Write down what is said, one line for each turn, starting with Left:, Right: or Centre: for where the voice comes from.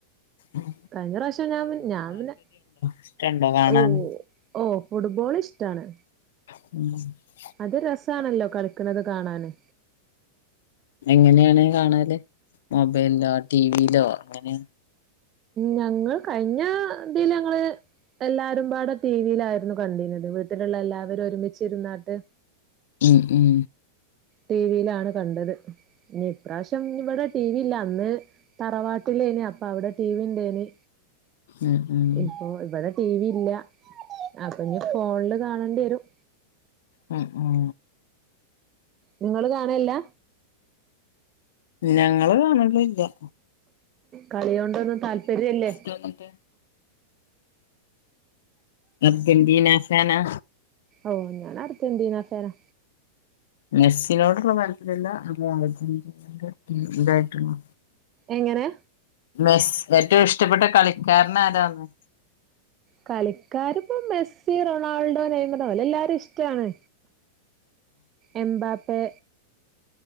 Left: ഉം
Right: കഴിഞ്ഞ പ്രാശം ഞാപ്പി ഞാപ്പിനെ
Left: ഇഷ്ടണ്ടോ കാണാന്
Right: ഓഹ് ഓഹ് ഫുട്ബോൾ ഇഷ് ടാണ്
Left: ഉം
Right: അത് രസാണല്ലോ കളിക്കണത് കാണാന്
Left: എങ്ങനെയാണ് കാണാല് മൊബൈലോ ടിവിലോ എങ്ങനെയാ
Right: ഞങ്ങൾ കഴിഞ്ഞ ഇതീലങ്ങള് എല്ലാരുംപാട ടി വിയിലാരുന്നു കണ്ടീനത് വീട്ടിലൊള്ള എല്ലാവരും ഒരുമിച്ചിരുന്നാട്ട്
Left: ഉം ഉം
Right: ടി വിലാണ് കണ്ടത് ഇനി ഇപ്രാവശ്യം ഇവടെ ടി വി ഇല്ല അന്ന് തറവാട്ടിലേനി അപ്പ അവിടെ ടി വി ഇണ്ടേനി
Left: ഉം ഉം
Right: ഇപ്പൊയിവിടെ ടി. വിയില്ല. അപ്പൊളിനി ഫോണിലു കാണേണ്ടി വരും.
Left: ഉം.. ഉം
Right: നിങ്ങള് കാണലില്ലാ
Left: ഞങ്ങള് കാണലില്ലാ
Right: കളിയൊടൊന്നും താല്പര്യല്ലേ
Left: <unintelligible> അർജന്റീനാ ഫാനാ
Right: ഓഹ് ഞൻ അർജന്റീനാ ഫാനാ
Left: മെസ്സിനോടുള്ള താത്പര്യത്തിലല്ല നമ്മ അർജന്റീനയുടെ ഇതായിട്ടാണ്
Right: എങ്ങനെ
Left: മെസ് ഏറ്റവും ഇഷ്ടപ്പെട്ട കളിക്കാരനാരാന്ന്
Right: കളിക്കാരിപ്പോ മെസ്സി റൊണാൾഡോ നെയ്മറോ അതെല്ലാവരേയുമിഷ്ടമാണ് എമ്പാപ്പേ